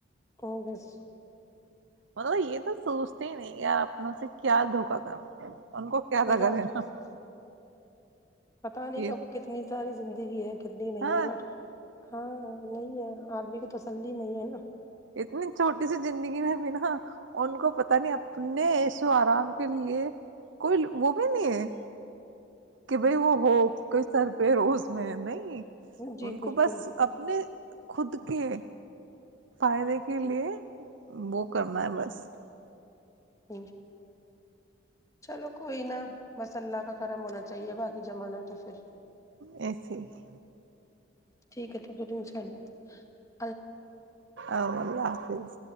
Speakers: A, on the left (about 15°); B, on the right (about 75°).
A: کگس <unintelligible>
B: مطلب یہ تو سوچتے ہی نہیں یار اپنوں سے کیا دھوکا کرنا ان کو کیا لگا
A: بس
B: دینا
A: بس
B: <unintelligible>
A: پتا نہیں
B: یہ
A: کب کتنی ساری زندگی ہے کہ <unintelligible> سنی نہیں
B: ہاں
A: ہے بٹ ہاں نہیں ہے <unintelligible> آدمی کو تس ہی نہیں ہے نا <unintelligible>
B: اتنی چھوٹی سی زندگی میں بھی نا ان کو پتا نہیں اپنےیسو آرام کے لیے کوئی وہ بھی نہیں ہے <unintelligible> کہ بھائی وہ ہو کوئی سر پہ روز میں نہیں
A: نا جی
B: ان کو
A: بالکل
B: بس اپنے <unintelligible> خود کے فائدے کے لیے <unintelligible> وہ کرنا ہے بس <unintelligible>
A: ہ چلو کوئی نا بس اللہ کا کرم ہونا چاہیے باقی زمانہ تو پھر
B: ایسے ہی
A: ٹیک ہے تو بد چءال
B: ا اللہ حافظ